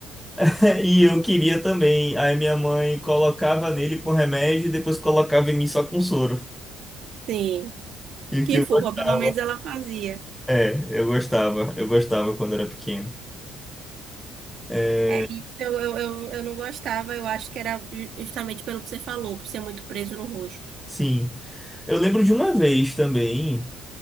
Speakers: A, in the centre; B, on the right (about 60°).
A: <laughs> E eu queria também, aí minha mãe colocava nele com remédio e depois colocava em mim só com soro.
B: sim.
A: E
B: Que
A: que eu
B: fofa,
A: gostava.
B: pelo menos ela fazia.
A: É, eu gostava, eu gostava quando era pequeno. É,
B: É isso, eu, eu, eu, eu não gostava, eu acho que era ju- justamente pelo que você falou, por ser muito preso no rosto.
A: sim. Eu lembro de uma vez também.